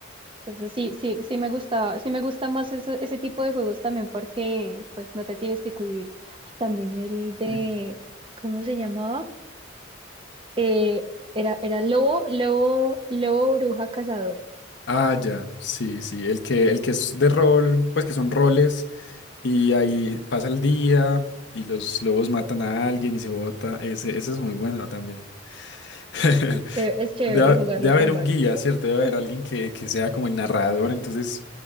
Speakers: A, on the right; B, on the left.
A: Entonces sí, sí, sí me gusta, sí me gusta más eso- ese tipo de juegos también porque pues no te tienes que cohibir. Ay, también el de,
B: Sí.
A: ¿cómo se llamaba? Eh, era, era Lobo, Lobo, Lobo Bruja Cazador.
B: Ah, ya, sí, sí, el que, el que es de rol, pues que son roles y ahí pasa el día y los lobos matan a alguien y se bota, ese, ese es muy bueno también. <laughs>
A: Es chévere, es chévere
B: Debe,
A: jugarlo
B: debe
A: con
B: haber un
A: varios.
B: guía, ¿cierto? Debe haber
A: Ujú.
B: alguien que, que sea como el narrador, entonces